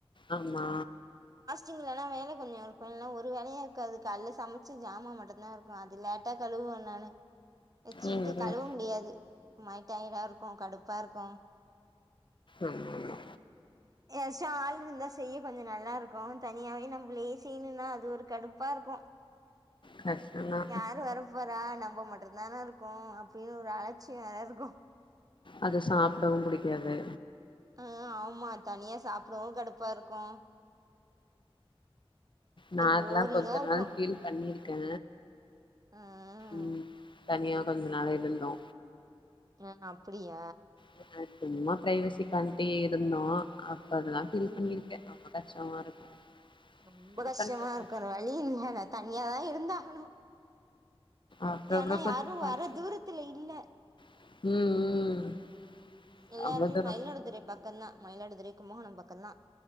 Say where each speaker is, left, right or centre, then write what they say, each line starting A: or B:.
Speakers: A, on the left (about 55°); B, on the right (about 40°).
A: ஆமா
B: ட்டிங்லல்லா வேல கொஞ்சோ இருக்கு இல்லனா ஒரு வேலையு இருக்காது கல்ல சமைச்சு ஜாமா மட்டும்தா இருக்கு அது லேட்டா கழுவு <unintelligible> நானு வச்சுக்கிட்டு
A: ம் ம்
B: கழுவ முடியாது மாய் டயடாருக்கு கடுப்பாருக்கு
A: ஆமாமா.
B: யாராச்சு ஆள் இருந்தா செய்ய கொஞ்சோ நல்லாருக்கு தனியாவே நம்பலே செய்யணும்னா அது ஒரு கடுப்பாருக்கு.
A: கஷ்டந்தா
B: யாரு வர போறா நம் நம்ப மட்டுதானே இருக்கோ அப்டின்னு ஒரு அலட்சியோ எல்லாருக்கு.
A: அது சாப்பிடவு புடிக்காது.
B: அ, ஆமா தனியா சாப்படவு கடுப்பாருக்கு.
A: நா அதெல்லா
B: போரிங்கா
A: கொஞ்ச
B: இருக்கு
A: நாள் பீல் பண்ணிருக்கே.
B: ஆ
A: ம் தனியா கொஞ்ச நாள் இருந்தோ
B: <unintelligible> அப்படியா.
A: <inaudible> சும்மா பிரைவசி கண்டி இருந்தோ அப்ப அதொல்லா ஃபில்
B: ம்
A: பண்ணிருக்கே <unintelligible> <unintelligible> இருக்கு.
B: ரொம்ப
A: என்ன
B: கஷ்டமாருக்கோ
A: பண்றது
B: வேற வழி இல்லல தனியாதா இருந்தாகணு
A: அப்றோ
B: ஏனா
A: அப்றோ கத்துப்பாங்க
B: யாரு வர தூரத்துல இல்ல
A: ம் ம்
B: எல்லாருமே
A: அவ்ளோ தூரோ
B: மயிலாடுதுறை பக்கோ தா மயிலாடுதுறை கும்பகோணோ பக்கோ தா.